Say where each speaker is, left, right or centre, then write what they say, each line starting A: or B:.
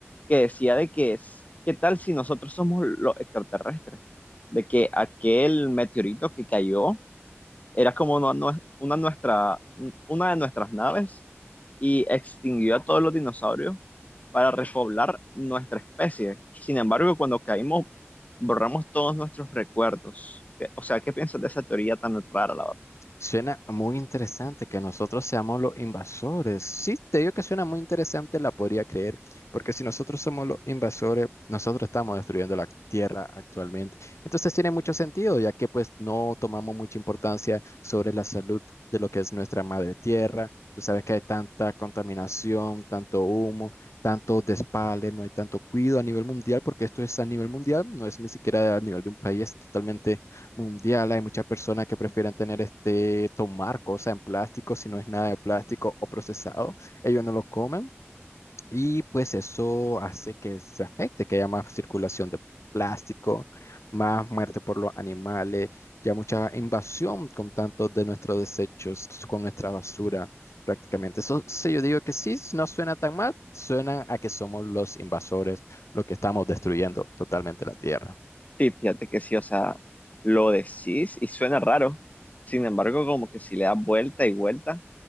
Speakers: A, on the left; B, on the left.
A: que decía de que es, ¿qué tal si nosotros somos los extraterrestres? De que aquel meteorito que cayó era como una, nue- una, nuestra, una de nuestras naves y extinguió a todos los dinosaurios para repoblar nuestra especie. Sin embargo, cuando caímos, borramos todos nuestros recuerdos. ¿Qué- O sea, ¿qué piensas de esa teoría tan rara, la verdad?
B: Suena muy interesante que nosotros seamos los invasores. Sí, te digo que suena muy interesante, la podría creer, porque si nosotros somos los invasores, nosotros estamos destruyendo la tierra actualmente. Entonces tiene mucho sentido, ya que pues no tomamos mucha importancia sobre la salud de lo que es nuestra madre tierra. Tú sabes que hay tanta contaminación, tanto humo, tanto despale, no hay tanto cuidado a nivel mundial, porque esto es a nivel mundial, no es ni siquiera a nivel de un país, totalmente mundial. Hay muchas personas que prefieren tener este, tomar cosas en plástico, si no es nada de plástico o procesado, ellos no lo comen y pues eso hace que se afecte, que haya más circulación de plástico, más muerte por los animales, ya mucha invasión con tantos de nuestros desechos, con nuestra basura. Prácticamente. Eso sí, yo digo que sí, no suena tan mal, suena a que somos los invasores, los que estamos destruyendo totalmente la tierra.
A: Sí, fíjate que sí, o sea, lo decís y suena raro. Sin embargo, como que si le das vuelta y vuelta, o